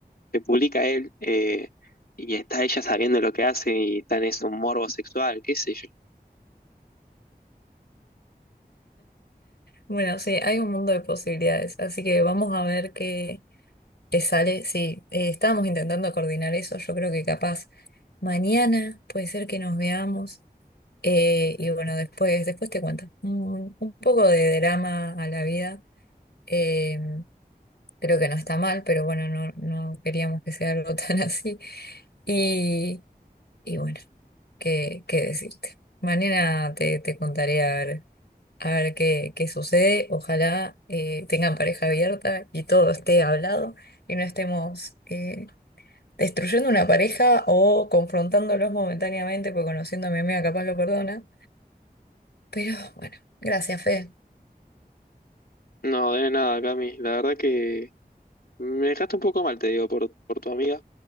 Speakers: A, on the left (about 65°); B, on the left (about 90°).
A: se publica él eh, y está ella sabiendo lo que hace y está en ese morbo sexual, qué sé yo.
B: Bueno, sí, hay un mundo de posibilidades, así que vamos a ver qué, qué sale. Sí, eh, estábamos intentando coordinar eso, yo creo que capaz mañana puede ser que nos veamos. Eh, y bueno, después, después te cuento. Un, un poco de drama a la vida. eh, creo que no está mal, pero bueno, no, no queríamos que sea algo <laughs> tan así. Y, y bueno, ¿qué, qué decirte? Mañana te, te contaré a ver, a ver qué, qué sucede. Ojalá eh, tengan pareja abierta y todo esté hablado y no estemos eh, destruyendo una pareja o confrontándolos momentáneamente, porque conociendo a mi amiga capaz lo perdona. Pero bueno, gracias, Fe.
A: No, de nada, Cami, la verdad que me dejaste un poco mal, te digo, por, por tu amiga.